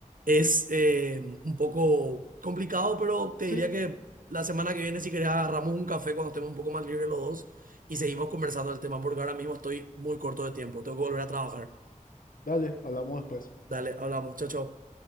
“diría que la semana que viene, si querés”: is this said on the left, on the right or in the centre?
Right